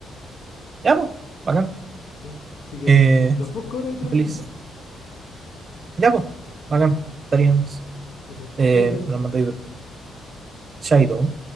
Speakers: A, on the right; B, on the left.
A: ya, pues, bacán.
B: Ya. Así que
A: Eh,
B: los busco ahora y te las
A: feliz.
B: mando.
A: Ya, pues, bacán, estaríamos.
B: Eso.
A: Eh,
B: Cuídate.
A: me lo mandáis de Shadow.